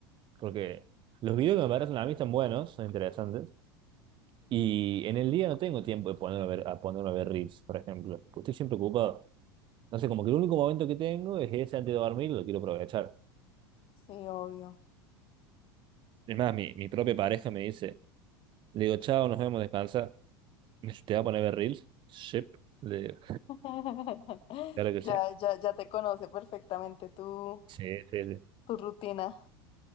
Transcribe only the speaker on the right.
porque los videos que me parecen a mí están buenos, son interesantes, y en el día no tengo tiempo de ponerme a ver, a ponerme a ver reels, por ejemplo, porque estoy siempre ocupado. No sé, como que el único momento que tengo es ese antes de dormir, lo quiero aprovechar.
Es más, mi, mi propia pareja me dice, le digo, chao, nos vemos, descansa. Te va a poner a ver Reels. Sí, le-
claro que
sí.
Sí, sí, sí.